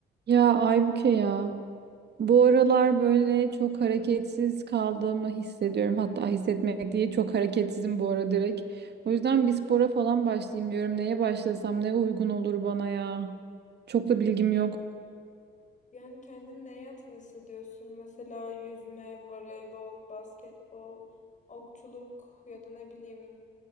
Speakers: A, on the right (about 55°); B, on the left (about 40°).
A: Ya Aybüke ya. Bu aralar böyle çok hareketsiz kaldığımı hissediyorum. Hatta hissetmek değil çok hareketsizim bu ara direkt. O yüzden bir spora falan başlayayım diyorum. Neye başlasam ne uygun olur bana ya. Çok da bilgim yok.
B: Yani kendini neye yatkın hissediyorsun? Mesela yüzme, voleybol, basketbol, okçuluk ya da ne bileyim